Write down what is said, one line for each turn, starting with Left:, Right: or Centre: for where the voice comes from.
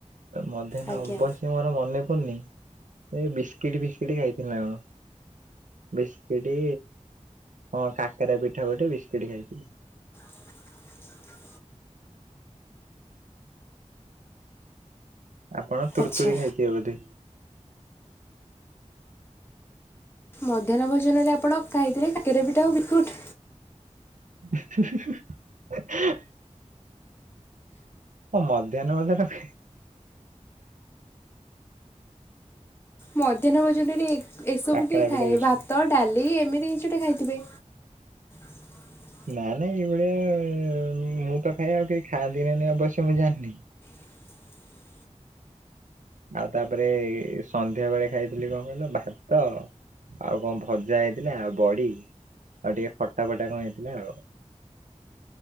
Right: ମଧ୍ୟାହ୍ନ
Left: ଆଜ୍ଞା
Right: ଅବଶ୍ୟ ମୋର ମନେ ପଡୁନି ଏ ବିସ୍କିଟି ଫିସ୍କିଟି ଖାଇଥିଲି ନା କଣ। ବିସ୍କିଟି ହଁ କାକରା ପିଠା ଗୋଟେ ବିସ୍କିଟି ଖାଇଥିଲି।
Left: <inaudible>
Right: ଆପଣ ତୁରତୁୁରୀ
Left: ଆଚ୍ଛା
Right: ଖାଇଥିବେ ବୋଧେ?
Left: ମଧ୍ୟାହ୍ନ ଭୋଜନରେ ଆପଣ ଖାଇଥିଲେ କାକେରା ପିଠା ଆଉ ବିସ୍କୁଟ୍।
Right: ଉ ହୁ ହୁ ହୁ। ହଁ ମଧ୍ୟାହ୍ନ ଭୋଜନ ଖାଇ
Left: ମଧ୍ୟାହ୍ନ ଭୋଜନରେ ଏ ଏସବୁ
Right: କାକରା
Left: କିଏ ଖାଏ
Right: ପିଠା ବିସ୍କୁଟ
Left: ଭାତ ଡାଲି ଏମିତି କିଛି ଗୋଟେ ଖାଇଥିବେ। ହଁ
Right: ନା ନାଇଁ ଏଇ ଭଳିଆ ଉଁ ମୁଁ ତ ଖାଇ ଆଉ କେହି ଖାଆନ୍ତି ନା ନାହିଁ ଅବଶ୍ୟ ମୁଁ ଜାଣିନି।
Left: <inaudible>
Right: ଆଉ ତାପରେ ଏ ସନ୍ଧ୍ୟା ବେଳେ ଖାଇଥିଲି କଣ କହିଲ ଭାତ। ଆଉ କଣ ଭଜା ହେଇଥିଲା ଆଉ ବଡି। ଆଉ ଟିକେ ଫଟା ଫଟା କଣ ହେଇଥିଲା ଆଉ।